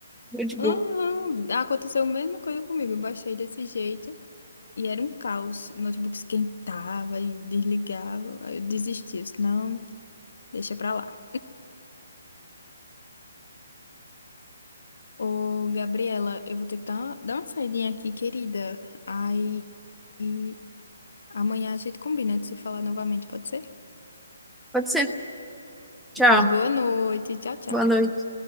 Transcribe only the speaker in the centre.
notebook.
Pode ser. Tchau.
Boa noite.